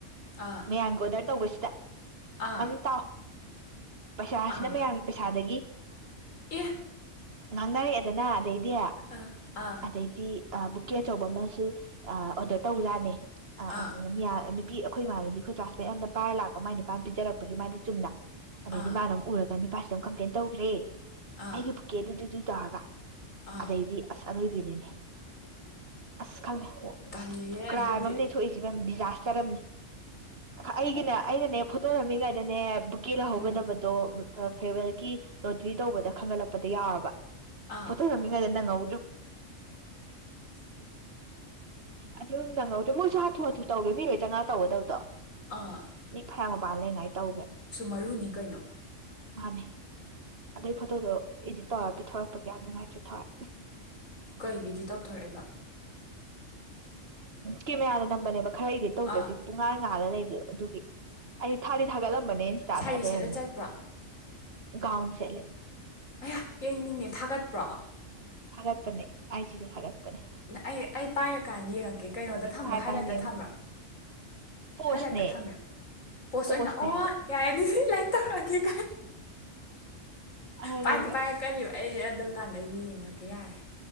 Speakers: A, on the left; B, on the right.
A: ꯑꯥ
B: ꯃꯌꯥꯝꯡꯒꯣꯗ ꯇꯧꯕꯁꯤ
A: ꯑꯥ
B: ꯑꯇ ꯄꯩꯁꯥꯁꯤꯅ
A: ꯑꯥ
B: ꯃꯌꯥꯝ ꯄꯩꯁꯥꯗꯒꯤ
A: ꯑꯦ
B: ꯉꯥꯡꯅꯔꯛꯑꯦꯗꯅ ꯑꯗꯩꯗꯤ
A: ꯑꯥ ꯑꯥ
B: ꯑꯗꯩꯗꯤ ꯕꯨꯛꯀꯤ ꯑꯆꯧꯕ ꯑꯃꯁꯨ ꯑꯣꯗꯔ ꯇꯧꯕꯖꯅꯤ ꯑ
A: ꯑꯥ
B: ꯑꯗꯨ ꯌꯥ ꯄꯄꯤ ꯑꯩꯈ ꯏꯃꯥꯟꯅꯕꯤꯈꯣꯏ ꯀ꯭ꯂꯥꯁꯃꯦꯠ ꯌꯥꯝꯅ ꯄꯥꯏꯔ ꯂꯥꯛꯄ ꯃꯥꯏ ꯅꯨꯄꯥꯅ ꯄꯤꯖꯔꯛꯄꯒꯤ ꯃꯥꯗꯤ ꯆꯨꯝꯅ ꯑꯗꯩꯗꯤ
A: ꯑꯥ
B: ꯃꯥꯅ ꯑꯃꯨꯛ ꯎꯔꯒ ꯅꯨꯄꯥꯁꯤꯨꯝ ꯀꯝꯄ꯭ꯂꯦꯟ ꯇꯧꯈ꯭ꯔꯦ ꯑꯩꯒꯤ
A: ꯑꯥ
B: ꯄꯨ ꯀꯦꯗꯗꯗꯨ ꯏꯗꯒ
A: ꯑꯥ
B: ꯑꯗꯩ ꯏꯗꯤ ꯑꯁ ꯑꯔꯣꯏꯕꯤꯗꯨꯅꯦ ꯑꯁ ꯈꯪꯗꯦ
A: ꯇꯜꯂꯤꯍꯦ
B: ꯀ꯭ꯔꯥꯏꯝ
A: ꯑꯗꯨꯗꯤ
B: ꯑꯅꯦ ꯊꯣꯛꯏꯁꯤꯕ ꯗꯤꯖꯥꯁꯇꯔ ꯑ ꯑꯩꯒꯤꯅ ꯑꯩꯅꯅꯦ ꯐꯣꯇꯣ ꯂꯝꯃꯤꯉꯥꯏꯗꯅꯦ ꯕꯨꯛꯀꯤ ꯂꯧꯍꯧꯒꯗꯕꯗꯣ
A: ꯎꯝ
B: ꯐꯦꯕꯔꯒꯤ ꯂꯣꯇ꯭ꯔꯤ ꯇꯧꯕꯗ ꯈꯪꯒꯠꯂꯛꯄꯗ ꯌꯥꯎꯔꯕ
A: ꯑꯥ
B: ꯄꯨꯊꯝ ꯃꯤꯟꯅꯉ ꯑꯗꯨ ꯅꯪꯍꯧꯗꯦ ꯃꯣꯏꯁꯨ ꯍꯥꯊꯨ ꯍꯥꯊꯨ ꯇꯧꯒꯦ ꯃꯤꯈꯣꯏ ꯆꯥꯃꯉꯥ ꯇꯧꯒꯗꯕꯗꯣ
A: ꯑ
B: ꯃꯤ ꯈꯔ ꯃꯄꯥꯟ ꯂꯩꯉꯥꯏ ꯇꯧꯈ꯭ꯔꯦ
A: ꯃꯔꯨꯅꯤ ꯀꯩꯅꯣ
B: ꯃꯥꯅꯦ ꯑꯩ ꯐꯣꯇꯣꯗꯣ ꯏꯗꯤꯠ ꯇꯧꯔꯒ ꯄꯤꯊꯣꯔꯛꯄꯒꯤ ꯌꯥꯝ ꯅꯨꯡꯉꯥꯏꯇ꯭ꯔꯦ ꯊꯣꯏ
A: ꯀꯩꯒꯤꯗꯤ ꯇꯧꯊꯣꯔꯛꯏꯕ
B: ꯀ ꯑꯔꯅꯝꯕꯅꯦꯕ ꯈꯔꯗꯤ ꯇꯧꯗ꯭ꯔꯗꯤ
A: ꯑꯥ
B: ꯄꯨꯡꯉꯥꯟ ꯉꯥꯜꯂ ꯂꯩꯕ ꯑꯗꯨꯒꯤ ꯑꯩ ꯊꯥꯗꯤ ꯊꯥꯒꯠꯂꯝ ꯃꯅꯦ ꯁ ꯇꯔꯠꯗꯛ
A: ꯁꯥꯔꯤ ꯁꯦꯠꯂ ꯆꯠꯄ꯭ꯔꯣ
B: ꯥꯎꯟꯁꯦꯂꯦ
A: ꯑꯩ ꯌꯦꯡꯅꯤꯡꯉꯦ ꯊꯥꯒꯠꯄ꯭ꯔꯣ
B: ꯊꯥꯒꯠꯄꯅꯦ ꯑꯥꯏꯖꯤꯗ ꯊꯥꯒꯠꯄꯅꯦ
A: ꯑꯩ ꯑꯩ ꯄꯥꯏꯔꯀꯥꯟꯗ ꯌꯦꯡꯉꯛꯀꯦ ꯀꯩꯅꯣꯗ ꯊꯝꯕ꯭ꯔꯣ
B: ꯐꯥꯏ
A: ꯍꯥꯏꯂꯥꯏꯠꯇ
B: ꯀꯥꯏꯅ ꯌꯦꯡꯉꯨ
A: ꯊꯝꯕ꯭ꯔꯥ
B: ꯄꯣꯁꯅꯦ
A: ꯍꯥꯏ ꯂꯥꯏꯠꯇ ꯊꯝꯃꯦꯔ ꯄꯣꯁ
B: ꯄꯣꯁꯅꯦ
A: ꯑꯣꯏꯅ ꯑꯣ
B: ꯍꯥꯏꯕ
A: ꯌꯥꯔ ꯑꯗꯨꯗꯤ ꯂꯥꯏꯛ ꯇꯧꯔꯛꯑꯒꯦ
B: ꯑꯗꯨꯒ
A: ꯄꯥꯏꯗꯤ ꯄꯥꯏꯔꯛꯀꯅꯦꯕ ꯑꯩ ꯑꯗꯨ ꯀꯥꯟꯗ ꯌꯦꯡꯉꯒꯦ ꯌꯥꯔꯦ